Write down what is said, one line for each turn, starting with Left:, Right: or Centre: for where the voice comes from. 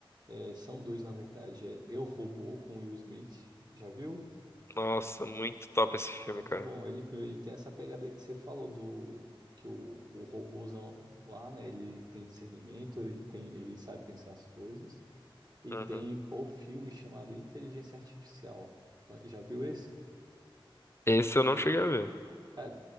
Right: É, são dois, na verdade. É Eu, Robô, com Will Smith. Já viu?
Left: Nossa, muito top esse filme,
Right: Muito
Left: cara.
Right: bom. Ele, ele tem essa pegada aí que você falou do que o, o robôzão lá, né? Ele tem discernimento, ele tem, ele sabe pensar as coisas. E
Left: Uhum.
Right: tem o filme chamado Inteligência Artificial. Já viu esse?
Left: Esse eu não cheguei a ver.
Right: É,